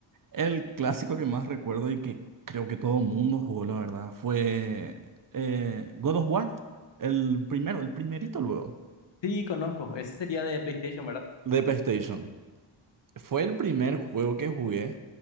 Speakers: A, on the right; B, on the left.
A: El clásico que más recuerdo y que creo que todo mundo jugó, la verdad, fue eh, God of War, el primero, el primerito luego,
B: Sí, conozco. Ese sería de PlayStation, ¿verdad?
A: de PlayStation. Fue el primer juego que jugué.